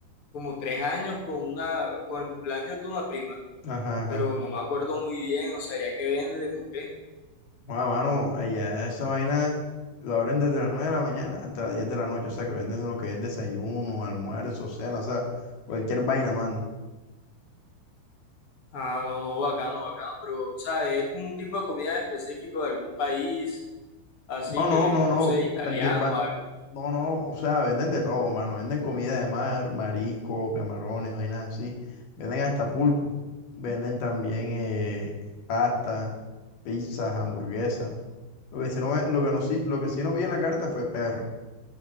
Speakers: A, on the left; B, on the left.
A: como tres años con una, con el cumpleaños de una prima,
B: Ajá, ajá.
A: pero no me acuerdo muy bien, o sea, ya que venden o qué.
B: Joa, mano, allá esa vaina lo abren desde las 9 de la mañana hasta las 10 de la noche, o sea, que venden lo que es desayuno, almuerzo, cena, o sea, cualquier vaina, mano.
A: Ah, no, no, bacano, bacano, pero, o sea, es como un tipo de comida específico de algún país, así
B: No, no,
A: que,
B: no,
A: no
B: no,
A: sé, italiano
B: cualquier vaina,
A: o algo.
B: no, no, o sea, venden de todo, mano, venden comida de mar, marisco, camarones, vainas así, venden hasta pulpo, venden también eh, pasta. pizzas, hamburguesas. Lo que sí no, ve- lo que no, sí- lo que sí no vi en la carta fue perro.